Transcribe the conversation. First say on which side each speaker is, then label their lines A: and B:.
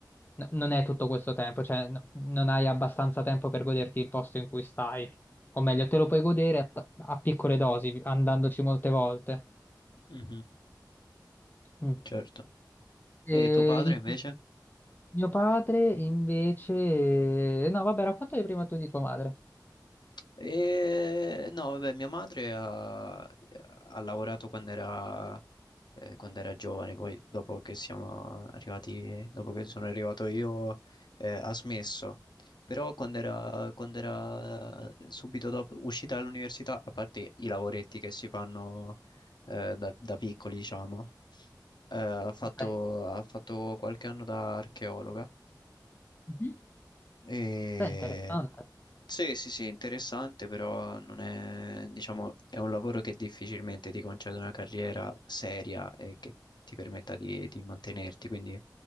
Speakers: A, on the left (about 25°); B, on the left (about 75°).
A: n- non è tutto questo tempo, cioè n- non hai abbastanza tempo per goderti il posto in cui stai. O meglio, te lo puoi godere a, t- a piccole dosi, andandoci molte volte.
B: mhm.
A: Mm.
B: Certo.
A: E
B: E tuo padre
A: il-
B: invece?
A: mio padre invece... No, vabbè, raccontami prima tu di tua madre.
B: E no, vabbè, mia madre ha, ha lavorato quando era, eh, quando era giovane, poi dopo che siamo arrivati, dopo che sono arrivato io, eh, ha smesso. Però quando era, quando era eh, subito dopo uscita dall'università, a parte i lavoretti che si fanno eh, da, da piccoli, diciamo, eh, ha fatto,
A: Ok.
B: ha fatto qualche anno da archeologa
A: Mhm.
B: e...
A: Beh, interessante.
B: Sì, sì, sì, interessante, però non è, diciamo, è un lavoro che difficilmente ti concede una carriera seria e che ti permetta di, di mantenerti, quindi